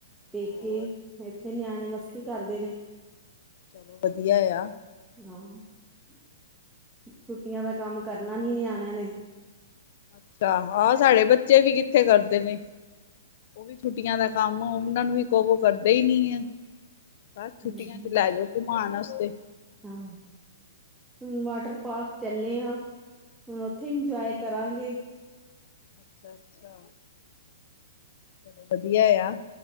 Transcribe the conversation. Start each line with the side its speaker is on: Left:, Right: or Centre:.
Centre: ਪੇਕੇ
Left: ਹੋਰ
Centre: ਇੱਥੇ ਨਿਆਣੇ ਮਸਤੀ ਕਰਦੇ ਨੇ,
Left: ਚਲੋ ਵਧੀਆ ਆ।
Centre: ਹਾਂ ਛੁੱਟੀਆਂ ਦਾ ਕੰਮ ਕਰਨਾ ਨੀ ਨਿਆਣਿਆਂ ਨੇ,
Left: ਅੱਛਾ ਆਹ ਸਾਡੇ ਬੱਚੇ ਵੀ ਕਿੱਥੇ ਕਰਦੇ ਨੇ, ਉਹ ਵੀ ਛੁੱਟੀਆਂ ਦਾ ਕੰਮ ਉਹਨਾ ਨੂੰ ਵੀ ਕਹੋ ਕਰਦੇ ਹੀ ਨੀ ਹੈਂ। ਬਸ ਛੁੱਟੀਆਂ
Centre: ਹੂੰ।
Left: ਚ ਲੈ ਜਾਓ ਘੁਮਾਉਣ ਵਾਸਤੇ
Centre: ਹਾਂ ਹੁਣ ਵਾਟਰ ਪਾਰਕ ਚੱਲੇ ਆ ਹੁਣ ਉੱਥੇ ਇੰਜੋਏ ਕਰਨ ਕਰਾਂਗੇ।
Left: ਅੱਛਾ-ਅੱਛਾ, ਚੱਲੋ ਵਧੀਆ ਆ।